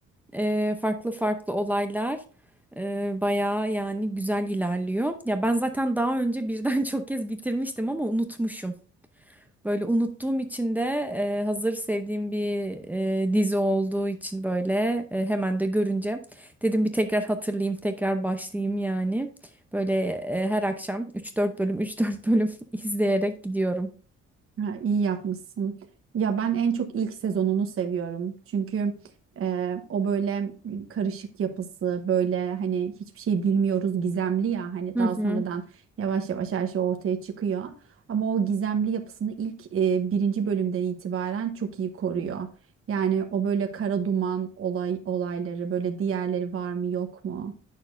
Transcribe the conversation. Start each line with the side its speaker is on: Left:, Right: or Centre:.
Centre: Eee, farklı farklı olaylar eee bayağı yani güzel ilerliyor. Ya ben zaten daha önce birden <laughs> çok kez bitirmiştim ama unutmuşum. Böyle unuttuğum için de eee, hazır sevdiğim bir eee, dizi olduğu için böyle eee, hemen de görünce dedim bir tekrar hatırlayayım, tekrar başlayayım yani. Böyle eee, her akşam üç dört bölüm üç dört bölüm <laughs> izleyerek gidiyorum.
Right: Ha, iyi yapmışsın. Ya ben en çok ilk sezonunu seviyorum. Çünkü e, o böyle karışık yapısı, böyle hani hiçbir şey bilmiyoruz gizemli ya. Hani
Centre: Hı
Right: daha
Centre: hı.
Right: sonradan yavaş yavaş her şey ortaya çıkıyor. Ama o gizemli yapısını ilk e, birinci bölümden itibaren çok iyi koruyor. Yani o böyle kara duman olay olayları, böyle diğerleri var mı yok mu?